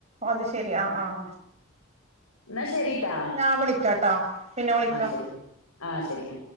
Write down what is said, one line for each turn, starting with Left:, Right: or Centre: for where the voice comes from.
Right: അത് ശെരി ആഹ ആഹ
Left: എന്നാ ശരിട്ടാ.
Right: അ ഞാൻ വിളിക്കാട്ടാ പിന്നെ വിളിക്കാം
Left: ആ ശരി ആ ശരിയാ